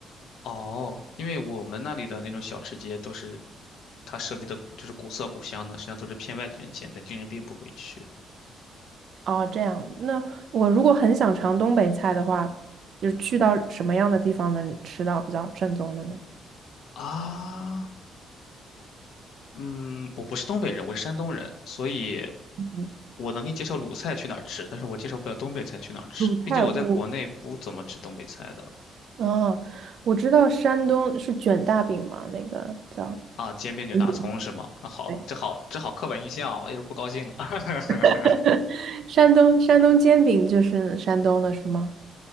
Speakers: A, on the left (about 80°); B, on the right (about 65°).
A: 哦，因为我们那里的那种小吃街都是，它设计的就是古色古香的，实际上都是骗外地人钱，本地人并不会去。
B: 哦这样。那我如果很想尝东北菜的话，就是去到什么样的地方能吃到比较正宗的呢？
A: 啊，嗯，我不是东北人，我是山东人，所以
B: 嗯，
A: 我能给你介绍鲁菜去哪儿吃，但是我介绍不了东北菜去哪儿吃，
B: 鲁菜我
A: 毕竟我在国内不怎么吃东北菜的。
B: 哦，我知道山东是卷大饼嘛，那个叫
A: 啊，煎饼卷大葱是吗？
B: 嗯
A: 啊，好，
B: 对，
A: 这好，这好刻板印象啊，我有点不高兴了。<laughs>
B: <laughs> 山东山东煎饼就是山东的是吗？